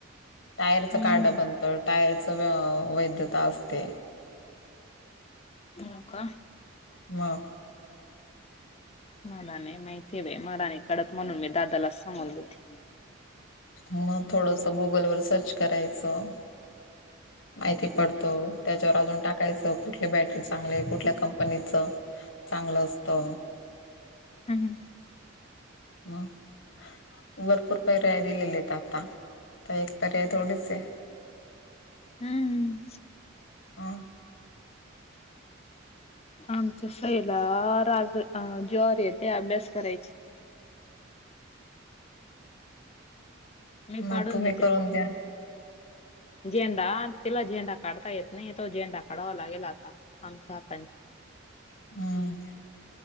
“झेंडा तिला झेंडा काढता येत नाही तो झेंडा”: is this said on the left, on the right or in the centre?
Left